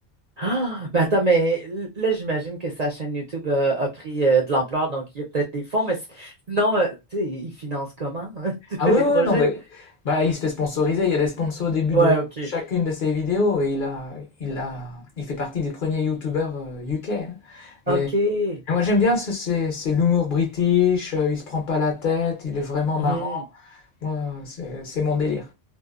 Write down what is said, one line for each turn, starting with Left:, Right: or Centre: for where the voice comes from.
Right: Ah, ben attends, mais l- là, j'imagine que sa chaîne YouTube a, a pris euh, de l'ampleur, donc il y a peut-être des fonds, mais s- sinon, euh, tu sais, ils financent comment hein, <laughs>
Left: Ah oui,
Right: les
Left: oui,
Right: projets?
Left: oui, non, mais bah, il se fait sponsoriser. Il y a des sponsors au début
Right: Ouais,
Left: de
Right: OK.
Left: chacune de ses vidéos et il a, il a, il fait partie des premiers YouTubers euh, UK. hein. Mais,
Right: OK.
Left: mais moi, j'aime bien ce, c'est, c'est l'humour british. euh, il se prend pas la tête. Il est vraiment
Right: Mhm.
Left: marrant. Moi, c'est, c'est mon délire.